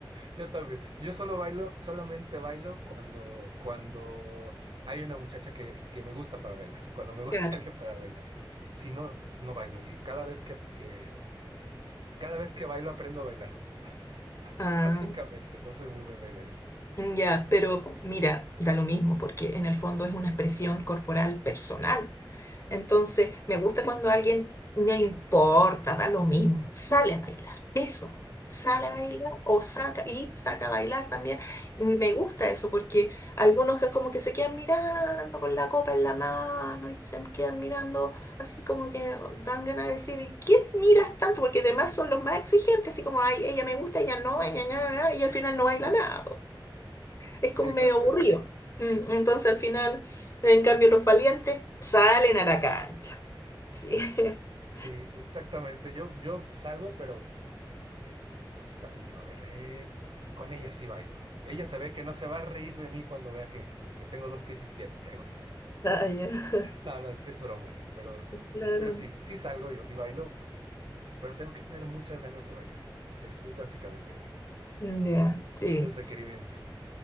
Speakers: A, on the right (about 70°); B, on the left (about 35°).
A: Yo también. Yo solo bailo, solamente bailo cuando, cuando hay una muchacha que, que me gusta para bailar, cuando me gusta
B: Claro.
A: <laughs> alguien para bailar. Si no, no bailo. Y cada vez que, que, cada vez que bailo aprendo a bailar. <laughs>
B: Ah,
A: Básicamente, no soy muy buen bailarín.
B: ya, pero mira, da lo mismo porque en el fondo es una expresión corporal personal. Entonces, me gusta cuando a alguien no le importa, da lo mismo, sale a bailar. Eso, sale
A: Ah,
B: a bailar o saca y saca a bailar también. Me gusta eso porque algunos que como que se quedan mirando con la copa en la mano y se quedan mirando así como que dan ganas de decir, ¿y qué miras tanto? Porque además son los más exigentes, así como, ay, ella me gusta, ella no, ella, nada y al final no baila nada es como
A: Exacto.
B: medio aburrido. Mm, Entonces al final, en cambio, los valientes salen a la cancha. Sí. <laughs>
A: Sí, exactamente. Yo, yo salgo, pero pues sí también digo, a ver, eh, con ella sí bailo. Ella se ve que no se va a reír de mí cuando vea que, que tengo dos pies izquierdos y ahí voy y bailo.
B: Ah, ya,
A: No, no, es, es broma eso, pero,
B: Claro.
A: pero sí, sí salgo yo y bailo, pero tengo que tener muchas ganas de bailar. Es, es básicamente la,
B: Ya, sí.
A: el requerimiento.